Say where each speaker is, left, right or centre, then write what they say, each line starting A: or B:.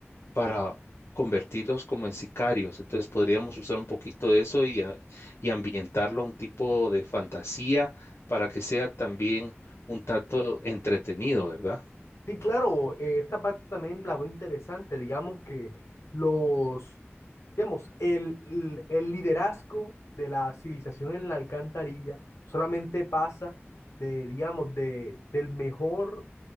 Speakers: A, on the left; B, on the left.
A: para convertirlos como en sicarios. Entonces podríamos usar un poquito de eso y, a- y ambientarlo a un tipo de fantasía para que sea también un tanto entretenido, ¿verdad?
B: Sí, claro, eh, esta parte también la veo interesante, digamos que los, digamos, el, el- el liderazgo de la civilización en la alcantarilla solamente pasa de, digamos, de, del mejor